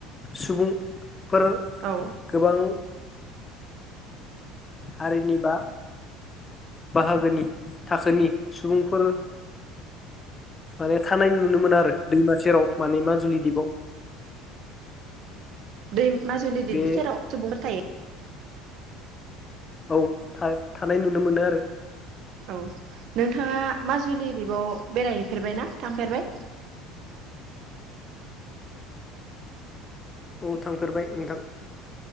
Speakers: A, on the left; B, on the right.
A: सुबुं फोर
B: औ
A: गोबां हारिनि बा बाहागोनि थाखोनि सुबुंफोर माने थानाय नुनो मोनो आरो दैमा सेराव माने माजुलि दिपआव।
B: दै माजुलि दिपनि
A: बे
B: सेराव सुबुंफोर थायो।
A: औ थानाय नुनो मोनो आरो।
B: औ नोंथाङा माजुलि दिपबाव बेरायहैफेरबायना थांफेरबाय?
A: औ थांफेरबाय नोंथां।